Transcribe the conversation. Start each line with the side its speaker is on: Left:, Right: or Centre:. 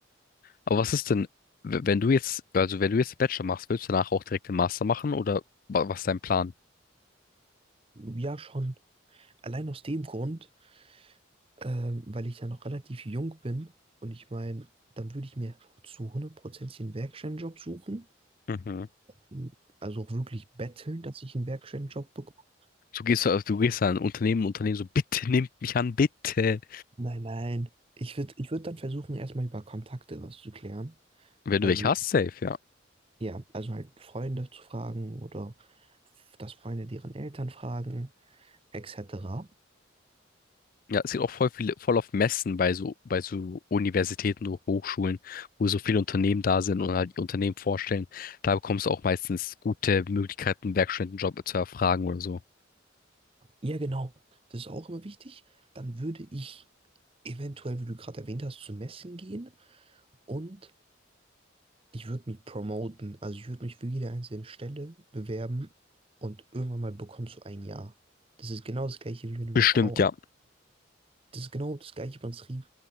Left: Aber was ist denn, w- wenn du jetzt, also wenn du jetzt den Bachelor machst, willst du danach auch direkt den Master machen oder wa- was ist dein Plan?
Right: Ja, schon. Allein aus dem Grund ähm, weil ich ja noch relativ jung bin und ich meine, dann würde ich mir zu hundert Prozent einen Werkstudentenjob suchen.
Left: Mhm.
Right: Ähm, Also auch wirklich betteln, dass ich einen Werkstudentenjob bekomme.
Left: Du gehst, du gehst an ein Unternehmen, Unternehmen so, bitte nehmt mich an, bitte.
Right: Nein, nein. Ich würde ich würd dann versuchen, erstmal über Kontakte was zu klären.
Left: Wenn
Right: Also,
Left: du welche hast, safe, ja.
Right: ja, also halt Freunde zu fragen oder f- dass Freunde deren Eltern fragen, etc.
Left: Ja, es gibt auch voll viele, voll auf Messen bei so, bei so Universitäten oder Hochschulen, wo so viele Unternehmen da sind und halt die Unternehmen vorstellen. Da bekommst du auch meistens gute Möglichkeiten, einen Werkstudentenjob zu erfragen oder so.
Right: Ja, genau. Das ist auch immer wichtig. Dann würde ich eventuell, wie du gerade erwähnt hast, zu Messen gehen und Ich würde mich promoten, also ich würde mich für jede einzelne Stelle bewerben und irgendwann mal bekommst du ein Ja. Das ist genau das gleiche, wie wenn du
Left: Bestimmt,
Right: eine Frau an.
Left: ja.
Right: Das ist genau das gleiche Prinzip,